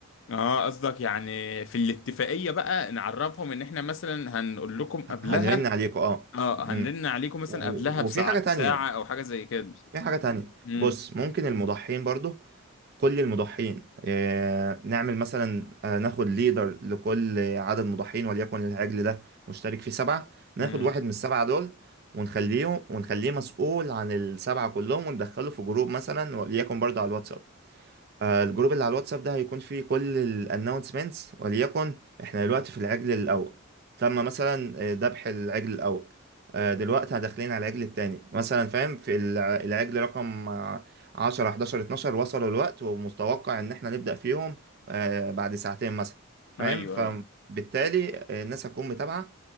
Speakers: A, on the left; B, on the right.
A: اه قصدك يعني في الاتفاقية بقى نعرفهم إن إحنا مثلا هنقول لكم قبلها
B: هنرن عليكوا اه
A: اه
B: امم
A: هنرن عليكم مثلا
B: و-
A: قبلها بساعة
B: وفي حاجه تانية
A: ساعة أو حاجة زي كده
B: في حاجة تانية
A: امم
B: بص ممكن المضحين برضو كل المضحين آه، نعمل مثلا آه، ناخد ليدر لكل عدد مضحين وليكن العجل ده مشترك فيه سبعة ناخد
A: امم
B: واحد من السبعة دول ونخليه ونخليه مسؤول عن السبعة كلهم وندخله في جروب مثلا وليكن برضو على الواتساب آه، الجروب اللي على الواتساب ده هيكون فيه كل الانونسمنتس وليكن احنا دلوقتي في العجل الاول تم مثلا آه، ذبح العجل الاول آه، دلوقتي داخلين على العجل التاني مثلا فاهم في الع- العجل رقم آه، 10 11 12 وصلوا الوقت ومتوقع ان احنا نبدأ فيهم آه، بعد ساعتين مثلا فاهم
A: أيوه
B: فبالتالي
A: أيوه
B: آه، الناس هتكون متابعة